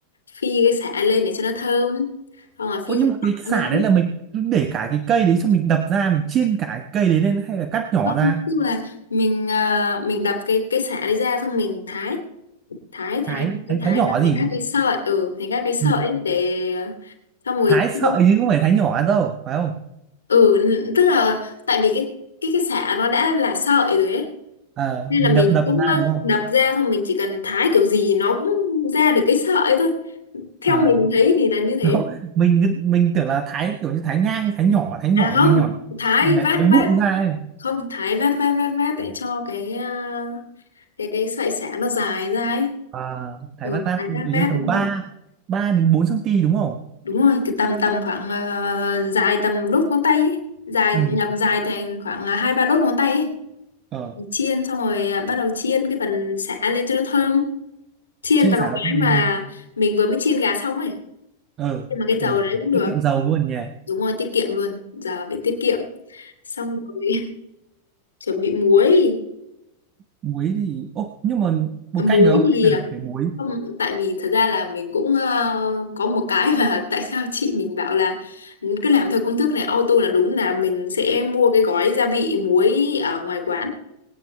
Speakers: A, on the left (about 75°); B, on the right (about 30°).
A: phi cái sả lên để cho nó thơm xong rồi
B: Ô
A: phi
B: nhưng
A: cái
B: mà
A: tỏi
B: cái sả
A: nữa
B: đấy là mình cứ để cả cái cây đấy xong mình đập ra mình chiên cả cái cây đấy lên hay là cắt nhỏ
A: không
B: ra
A: tức là mình à, mình đập cái cái sả đấy ra xong mình thái thái thái
B: thái
A: thái,
B: thái,
A: thái
B: thái nhỏ
A: ra thành
B: gì
A: các cái sợi ừ thành các cái sợi
B: ừ.
A: ấy để à, xong rồi
B: thái sợi
A: chiên
B: chứ không phải thái nhỏ đâu phải không
A: ừ n- tức là tại vì cái cái cái xả nó đã là sợi rồi ấy
B: Ờ,
A: nên
B: mình
A: là mình
B: đập đập
A: cũng
B: ra
A: ờ,
B: đúng không
A: đập ra xong mình chỉ cần thái kiểu gì nó cũng ra được cái sợi thôi theo
B: à,
A: mình thấy thì là như thế
B: đâu, <laughs> mình cứ- mình tưởng là thái kiểu như thái ngang thái nhỏ thái
A: à
B: nhỏ
A: không
B: nhỏ nhỏ
A: thái vát
B: thái, thái
A: vát
B: vụn ra ấy.
A: không thái vát vát vát vát để cho cái ờ, cái cái sợi xả nó dài ra ấy
B: À, thái
A: ừ,
B: bát tát
A: thái
B: kiểu
A: vát vát
B: như tầm
A: đúng
B: 3
A: rồi
B: 3 đến 4 cm đúng không
A: đúng rồi cái tầm tầm khoảng ờ, dài tầm đốt ngón tay ấy. dài
B: ừ.
A: nhầm dài thành khoảng ờ, hai ba đốt ngón tay ấy
B: ờ,
A: chiên xong rồi à, bắt đầu chiên cái phần sả lên cho nó thơm chiên
B: trên
A: vào
B: sả đầu
A: cái
B: tiên
A: mà mình vừa mới chiên gà xong ấy
B: ờ
A: nhưng mà cái
B: ờ
A: dầu đấy cũng được
B: tiết kiệm dầu luôn nhỉ
A: đúng rồi tiết kiệm luôn giờ phải tiết kiệm xong rồi <laughs> chuẩn bị muối
B: muối thì ô nhưng mà bột
A: À, muối
B: canh được không
A: thì
B: hay
A: à,
B: là phải muối
A: không tại vì thật ra là mình cũng ờ, có một cái mà <laughs> tại sao chị mình bảo là "Ừ, cứ làm theo công thức này auto là đúng là mình sẽ mua cái gói gia vị muối ở ngoài quán